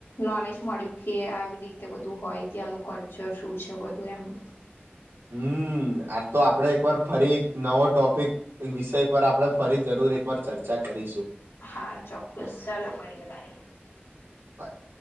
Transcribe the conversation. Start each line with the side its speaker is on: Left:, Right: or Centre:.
Left: નોલેજ મળ્યું કે આવી રીતે બધું હોય ત્યાંનું કલ્ચર શું છે બધું એમ. <inaudible>
Right: હમ આ તો આપડે એકવાર ફરી એક નવો ટોપિક વિષય પર આપડણે ફરી જરૂર એકવાર ચર્ચા કરી. કરીશું.
Left: હા ચોક્કસ ચાલો મળીએ બાય.
Right: બાય.